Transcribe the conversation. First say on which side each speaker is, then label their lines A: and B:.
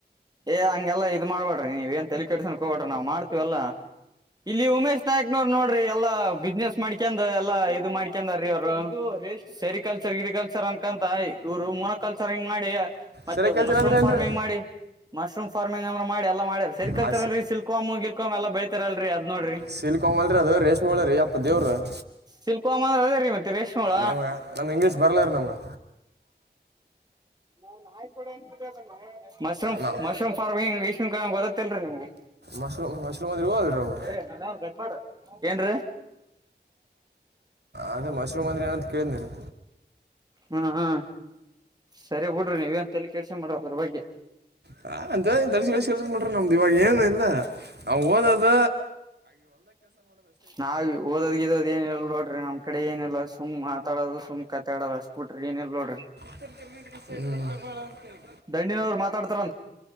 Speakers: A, on the right; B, on the right.
A: ಏ ಹಂಗೆಲ್ಲ ಇದ್ ಮಾಡ್ಬಡ್ರಿ ನೀವ ಏನ್ ತಲಿ ಕೆಡಿಸನ್ಕ ಹೋಗಬಡ್ರ ನಾ ಮಾಡ್ತೀವಲ್ಲಾ... ಇಲ್ಲಿ ಉಮೇಶ್ ನಾಯಕ್ನವರು ನೋಡ್ರಿ ಎಲ್ಲಾ ಬಿಸ್ನೆಸ್ ಮಾಡ್ಕಂದ್ ಎಲ್ಲಾ ಇದ ಮಾಡ್ಕಂದಾರೀ ಅವರು. ಇದು ರ ಸೆರಿಕಲ್ಚರ್ ಗಿರಿ ಕಲ್ಚರ್ ಅನ್ಕಂತ ಇವ್ರು ಮೊನೊಕಲ್ಚರಿಂಗ್ಗ್ ಮಾಡಿ. ಮತ್ತೆ
B: ಸರಿ ಕೆಲಸ
A: ಮಶ್ರೂಮ್
B: ಅಂದ್ರೆ ಏನ್ರಿ
A: ಫಾರ್ಮಿಂಗ್ ಮಾಡಿ ಮಶ್ರೂಮ್ ಫಾರ್ಮಿಂಗ್ ಅಂದ್ರ ಮಾಡಿ ಎಲ್ಲಾ ಮಾಡ್ಯರ. ಸರಿ ಕಲ್ಚರ್
B: ಆ
A: ಅಂದ್ರ ಸ್ಲಿಕ್ಕಮೊ ಗೀಳ್ಕೊಮೊ ಎಲ್ಲ ಬೆಳತಾರಲ್ರರಿ ಅದ್ ನೋಡ್ರಿ.
B: ಸಿಲ್ಕೊಂಬಲ್ರಿ ಅದು ರೇಷ್ಮೆ ಹುಳ ರೀ ಅಪ್ಪ ದೇವ್ರು
A: ಸಿಲ್ಕ ಹಮ್ಮ ಅಂದ್ರ ಅದೇೀ ಮತ್ತ ರೇಷ್ಮೆಳ...
B: ನಮ್ಗೆ ನಮ್ಗೆ ಇಂಗ್ಲೀಷ್ ಬರಲ್ಲ ರೀ ನಮ್ಗೆ
A: ನಾನ್ ಹಾಯ್ ಕೊಡ ಅನ್ ಅದ. ಮಶ್ರೂಮ್
B: ನಾವು
A: ಮಶ್ರೂಮ್ ಫಾರ್ಮಂಗ್ ಇಷ್ಟನ್ ಗದತ್ತಲ್ರಿಮಗೆ...
B: ಮಶ್ರೂಮ್ ಮಶ್ರೂಮ್ ಅಂದ್ರೆ ಹೋಗಲ್ಲ ರೀ ಅವು
A: ಏ ನನ್ ಕಟ್ ಮಾಡಾಡ ಏನ್.
B: ಅದೇ ಮಶ್ರೂ್ಂದ್ರರೆ ಏನಂತ ಕೇಳಿನನ ರೀ...
A: ಹ್ಮ್ ಹ್ಮ ಸರಿ ಬಿುಡ್ರಿ ನೀವ ಅಂತಲ್ಲಿ ಕೆಲ್ಸ ಮಾಡದ್ರ ಬಗ್ಗೆ.
B: ಹಾ ಅಂತ ದಡಸಿಳ್ಸ ಕಿ ನೋಡ್ರಿ ನಮ್ದು ಇವಾಗ ಏನು ಇಲ್ಲ ನಾವು ಓದದ.
A: ನಾವ ಓದೋದ್ಗೋದ್ ಏನಲ್ಲ ನೋಡ್ರಿ ನಮ್ ಕಡೆ ಏನಲ್ಲ ಸುಮ್ಮ್ ಮಾತಾಡೋದು ಸುಮ್ನೆ... ಕತ್ತಾಡದ ಅಷ್ಟ ಬಿಟ್ರಿ ಏನಲ್ ನೋಡ್ರಿ.
B: ತಂತೆ <unintelligible>
A: ದಣಂಡಿನವರು ಮಾತಾಡ್ತಾರಂತ.